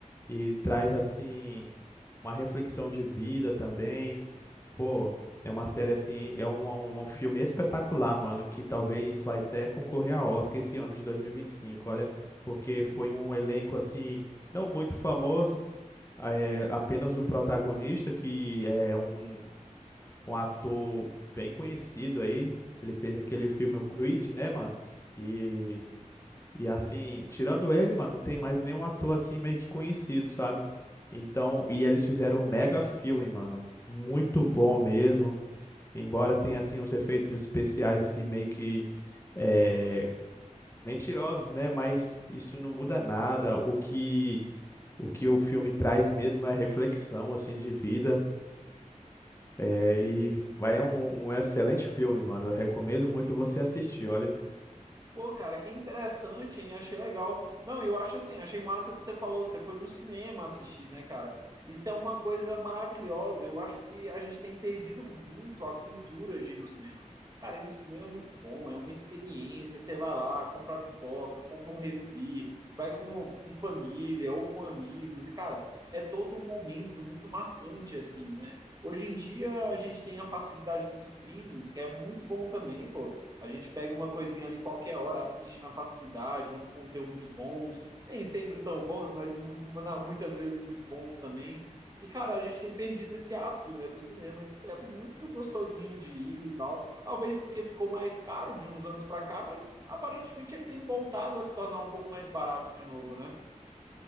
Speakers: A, on the left; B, on the right.
A: e traz assim, uma reflexão de vida também. Pô, é uma série assim, é um, um, um filme espetacular, mano, que talvez vai até concorrer a Oscar esse ano de 2025, olha, porque foi um elenco assim, não muito famoso, é, apenas o protagonista, que é um, um ator bem conhecido aí, ele fez aquele filme o Creed, né, mano, e, e assim, tirando ele, mano, não tem mais nenhum ator assim meio que conhecido, sabe? Então, e eles fizeram um mega filme, mano, muito bom mesmo. Embora tenha assim uns efeitos especiais assim meio que é, mentirosos, né? Mas isso não muda nada. O que o que o filme traz mesmo é reflexão assim de vida. É, e vai é um, um excelente filme, mano. Eu recomendo muito você assistir, olha.
B: Pô, cara, que interessante, hein? Achei legal. Não, eu acho assim, achei massa que você falou, você foi no cinema assistir, né, cara? Isso é uma coisa maravilhosa. Eu acho que a gente tem perdido muito a cultura de ir no cinema. Cara, ir no cinema é muito bom, é uma experiência. Você vai lá, compra pipoca, compra um refri, vai com, com família ou com amigos. E, cara, é todo um momento muito marcante, assim, né? Hoje em dia a gente tem a facilidade dos streamings, que é muito bom também, pô. A gente pega uma coisinha ali qualquer hora, assiste na facilidade, uns conteúdos bons, nem sempre tão bons, mas muitas vezes muito bons também. E, cara, a gente tem perdido esse hábito, né, do cinema, que é muito gostosinho de ir e tal. Talvez porque ficou mais caro de uns anos para cá, mas aparentemente ele tem voltado a se tornar um pouco mais barato de novo, né?